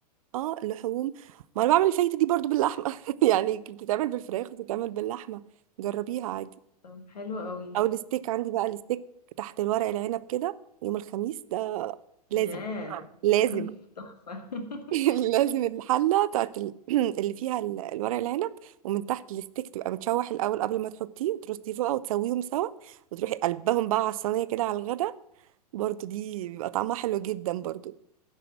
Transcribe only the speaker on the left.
طب حلو قوي
ياه
تحفة <laughs>